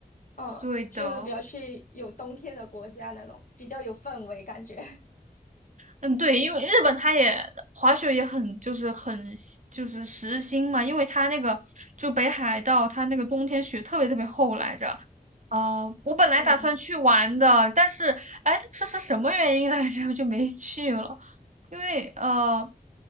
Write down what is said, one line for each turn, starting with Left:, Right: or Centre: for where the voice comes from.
Left: 嗯，
Right: 对的。
Left: 就是比较去有冬天的国家那种，比较有氛围感觉，
Right: 嗯，对，因为日本它也滑雪也很就是很喜就是时兴嘛，因为它那个就北海道它那个冬天雪特别特别厚来着。啊、我本来打算去玩的，
Left: <laughs> 嗯。
Right: 但是哎，这是什么原因来着？<laughs> 就没去了，因为呃，